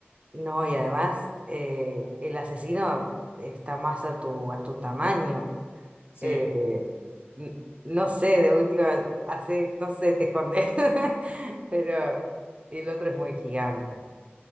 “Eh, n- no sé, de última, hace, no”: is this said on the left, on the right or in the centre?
Right